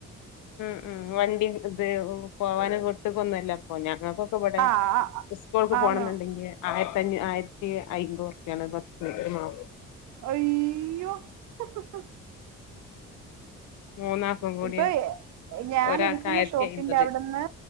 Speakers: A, on the left; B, on the right.
A: ഉം ഉ വണ്ടി ഇത് ഓ. പോവാന് വിട്ട് കൊന്നല്ലപ്പോ ഞങ്ങൾക്കൊക്കെ ഇവിടെ
B: ആഹ്
A: സ്കൂൾക്ക്
B: ആന്ന്
A: പോണനിഡഗ്യ ആയി ആയിരത്തി അയിമ്പതുറുപ്യ വാണം ഒരുപത്ത് മാസം
B: അയ്യോ ഇഹ് ഇഹ് ഇഹ്.
A: മൂന്നാക്കും കൂടി
B: ഇപ്പൊ ഞാനിരിക്കുന്ന
A: ഒരാൾക്ക് ആയിരത്തി
B: ഷോപ്പിന്റെ
A: അയ്മ്പത്
B: അവിടുന്ന്